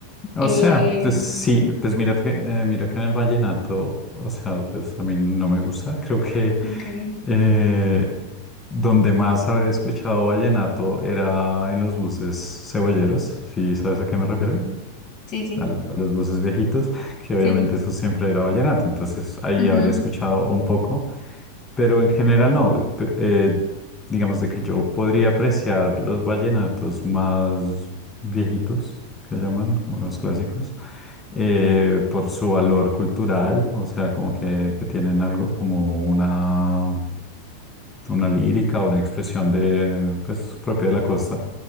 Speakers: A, on the left; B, on the left.
A: O
B: Eh,
A: sea, pues sí, pues mira, que- eh, mira que en el vallenato, o sea, pues a mí no me gusta, creo que...
B: ok,
A: Eh, donde más habré escuchado vallenato era en los buses cebolleros, si sabes a qué me refiero,
B: mm, Sí, sí,
A: a, lo- a los buses viejitos, que obviamente
B: sí.
A: eso siempre era vallenato, entonces ahí
B: ujú,
A: habré escuchado un poco, pero en general no, pe- eh, digamos de que yo podría apreciar los vallenatos más viejitos, que llaman, como los clásicos, eh, por su valor cultural, o sea, como que, que tienen algo como una una lírica, una expresión de, pues, propia de la costa,